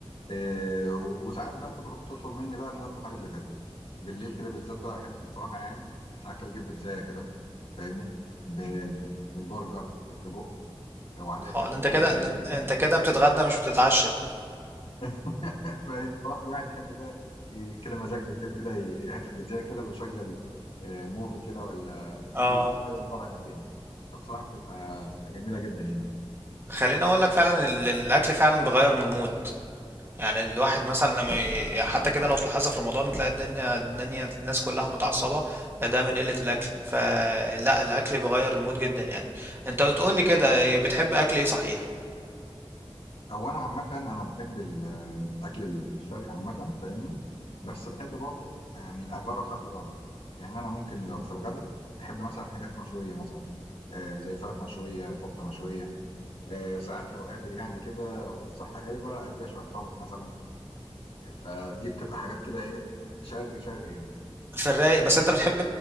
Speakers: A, on the left; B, on the right.
A: آه وساعات بقى تطلب تطلب مني بقى ان انا اطلب حاجه دليفري بالليل كده بالذات بقى احب الصراحه يعني ساعات كده اجيب بيتزايه كده فاهمني ب- بالبرجر بالسجق وعليها كده
B: اه
A: شويه
B: ده انت
A: جبنه
B: كده
A: موتزاريلا
B: ده انت كده بتتغدى مش بتتعشى
A: <laughs> صراحة الواحد يحب كده ي- كده مزاج بالليل كده ي- حتة بيتزا كده ويشغل آه، موفي كده ولا مسلسل
B: اه
A: كده يتفرج عليه فبصراحة بتبقى جميلة جدا يعني
B: خليني اقول لك فعلا ال- الاكل فعلا بيغير من المود يعني الواحد مثلا لما ي- حتى كده لو تلاحظها في رمضان تلاقي الدنيا الدنيا الناس كلها متعصبه ده من قله الاكل فلا الاكل بيغير المود جدا يعني انت بتقول لي كده بتحب اكل ايه صحيح
A: هو انا عامه انا بحب الاكل الشرقي عامه فاهمني بس بحب برضو يعني اجرب ساعات الغربي يعني انا ممكن لو في الغدا احب مثلا حاجات مشويه مثلا آه زي فراخ مشويه كفته مشويه آه ساعات لو قادر يعني كده والصحه جايبه اديها شويه طرب مثلا فدي بتبقى حاجات كده ايه شرقي شرقي يعني
B: في الرايق بس انت بتحب